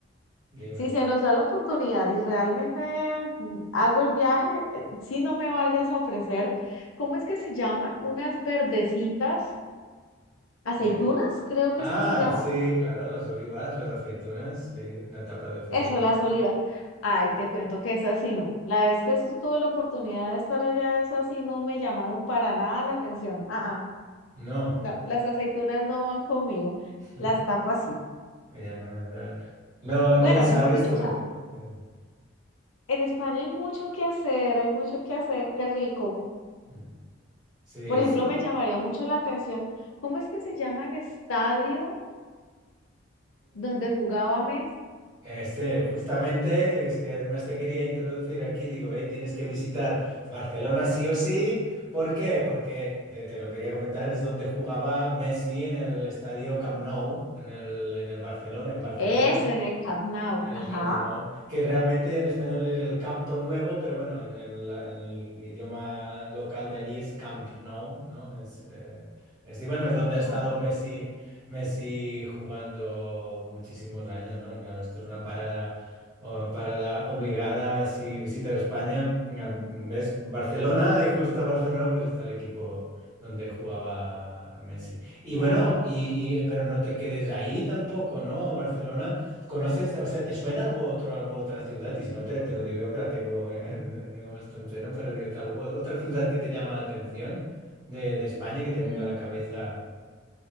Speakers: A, on the right; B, on the left.
A: Dime.
B: si se nos da la oportunidad y realmente mm, hago el viaje, eh, si no me vayas a ofrecer, ¿cómo es que se llaman? Unas verdecitas, aceitunas,
A: Ve-
B: creo que
A: Ah,
B: es que se llaman.
A: sí, claro, las olivas, las aceitunas, sí, una tapa de aceitunas.
B: Eso, la soledad. Ay, te cuento que esa sí no. La vez que estu- tuve la oportunidad de estar allá, esa sí no me llamaron para nada la atención. Ah, ah,
A: No,
B: no, las aceitunas no van conmigo.
A: <laughs>
B: Las tapas sí.
A: ya, no, no,
B: Bueno,
A: no, ya sabes
B: mejor dicho,
A: tú.
B: o sea,
A: Eh,
B: en España hay mucho que hacer, hay mucho que hacer, qué rico.
A: mm, Sí,
B: Por ejemplo,
A: sí.
B: me llamaría mucho la atención, ¿cómo es que se llama el estadio donde jugaba Messi?
A: Este, justamente, es que además te quería introducir aquí, digo, eh, tienes que visitar Barcelona sí o sí. ¿Por qué? Porque te, te lo quería comentar, es donde jugaba Messi en el estadio Camp Nou, en el, en el Barcelona, en Barcelona.
B: Eso, en el Camp Nou.
A: El
B: Ajá,
A: Camp Nou, que realmente en español es el Campo Nuevo, pero bueno, en, en la- en el idioma local de allí es Camp Nou, ¿no? Es, eh, es, y bueno, es donde
B: ajá,
A: ha estado Messi, Messi jugando muchísimos años, ¿no? Claro, esto es una parada, oh, parada obligada si visitas España. Mira, ¿Ves? Barcelona, y justo a Barcelona pues está el equipo donde jugaba Messi. Y
B: Messi.
A: bueno, y, y- pero no te quedes ahí tampoco, ¿no? Barcelona. ¿Conoces, o sea, te suena algo otro, algo otra ciudad? Y si no te, te lo digo yo que la tengo, eh, <laughs> tengo bastante, ¿no? Pero digo, algo, otra ciudad que te llama la atención de, de España que te venga
B: Mm.
A: a la cabeza